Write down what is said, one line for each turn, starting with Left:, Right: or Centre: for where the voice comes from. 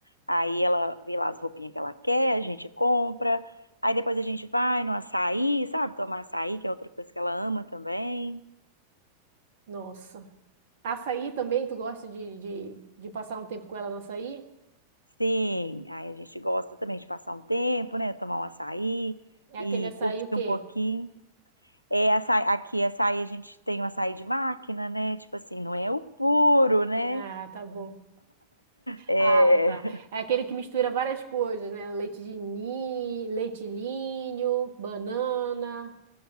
Left: Aí ela vê lá as roupinhas que ela quer, a gente compra. Aí depois a gente vai no açaí, sabe? Tomar açaí, que é outra coisa que ela ama também.
Right: Nossa. Açaí também, tu gosta de, de, de passar um tempo com ela no açaí?
Left: Sim, aí a gente gosta também de passar um tempo, né? Tomar um açaí
Right: É
Left: e
Right: aquele açaí
Left: curtir
Right: o quê?
Left: um pouquinho. É açaí, aqui açaí a gente tem o açaí de máquina, né? Tipo assim, não é o puro, né?
Right: Ah, tá bom.
Left: É,
Right: Ah, tá. É aquele que mistura várias coisas, né? Leite de ninho, leite ninho, banana.